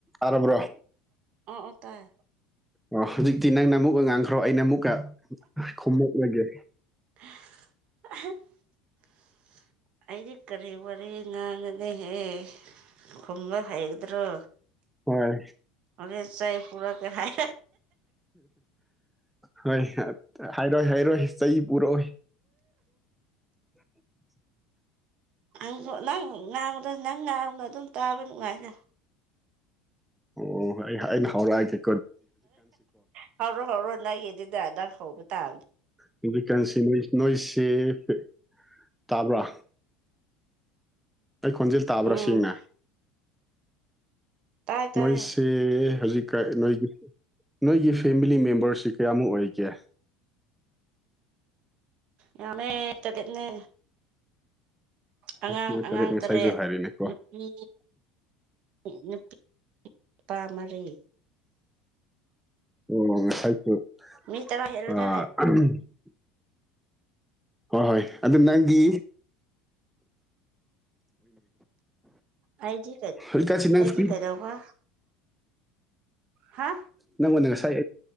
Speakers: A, in the centre; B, on the right.
A: ꯑꯔꯕꯔꯣ
B: ꯑꯣ ꯑꯣ ꯇꯥꯏ
A: ꯑꯣ ꯍꯧꯖꯤꯛꯇꯤ ꯅꯪꯅ ꯑꯃꯨꯛꯀ ꯉꯥꯡꯈ꯭ꯔꯣ ꯑꯩꯅ ꯑꯃꯨꯛꯀ ꯈꯨꯝꯃꯛꯂꯒꯦ
B: <inaudible> ꯑꯩꯗꯤ ꯀꯔꯤ ꯋꯥꯔꯤ ꯉꯥꯡꯉꯅꯦꯍꯦ ꯈꯨꯝꯕ ꯍꯩꯗ꯭ꯔꯣ
A: ꯍꯣꯏ
B: ꯍꯣꯔꯦꯟ ꯆꯥꯏ ꯄꯨꯔꯛꯒꯦ ꯍꯥꯏ
A: ꯍꯣꯏ ꯍꯥꯏꯔꯣꯏ ꯍꯥꯏꯔꯣꯏ ꯆꯍꯤ ꯄꯨꯔꯛꯑꯣꯏ <unintelligible>
B: ꯪ ꯅꯪ ꯉꯥꯡꯕꯗ ꯅꯪ ꯉꯥꯡꯕꯅ ꯑꯗꯨꯝ ꯇꯥꯕ ꯅꯨꯡꯉꯥꯏꯗ
A: ꯑꯣ ꯑꯩꯅ ꯍꯧꯔꯛꯑꯒꯦ
B: ꯍ ꯍꯧꯔꯣ ꯍꯧꯔꯣ ꯅꯪꯒꯤ ꯑꯗꯨꯗ ꯅꯪ ꯍꯧꯕ ꯇꯥꯕꯅꯦ
A: ꯍꯧꯖꯤꯛ ꯀꯟꯁꯤ ꯅꯣꯏ ꯅꯣꯏꯁꯦ ꯄꯦ ꯇꯥꯕ꯭ꯔ ꯑꯩ ꯈꯣꯟꯖꯦꯜ ꯇꯥꯕ꯭ꯔ
B: ꯎꯝ
A: ꯁꯦꯡꯅ
B: ꯇꯥꯏ ꯇꯥꯏ
A: ꯅꯣꯏꯁꯦ ꯍꯧꯖꯤꯛꯀ ꯅꯣꯏꯒꯤ ꯅꯣꯏꯒꯤ ꯐꯦꯃꯤꯂꯤ ꯃꯦꯝꯕꯔꯁꯤ ꯀꯌꯥꯃꯨꯛ ꯑꯣꯏꯒꯦ
B: ꯌꯥꯝꯃꯦ ꯇꯔꯦꯠꯅꯦ ꯑꯉꯥꯡ
A: ꯅꯣꯏ
B: ꯑꯉꯥꯡ
A: ꯉꯁꯥꯏꯁꯨ
B: ꯇꯔꯦꯠ
A: ꯍꯥꯏꯔꯤꯅꯦꯀꯣ
B: ꯅꯨꯄꯤ ꯅꯨꯄꯤ ꯅꯨꯄꯥ ꯃꯔꯤ
A: ꯑꯣ ꯍꯥꯏꯥꯏꯁꯨꯨ
B: ꯃꯤ ꯇꯔꯥ ꯍꯦꯜꯂꯦꯗꯅ
A: ꯑ ꯍꯣꯏ ꯍꯣꯏ ꯑꯗꯨ ꯅꯪꯒꯤ
B: ꯑꯩꯗꯤ ꯀ
A: ꯍꯧꯖꯤꯛꯀꯥꯟꯁꯤ ꯅꯪ
B: ꯑꯩꯗꯤ
A: ꯐ꯭ꯔꯤ
B: ꯀꯩꯗꯧꯕ ꯍꯥ
A: ꯅꯪꯉꯣꯗ ꯉꯁꯥꯏ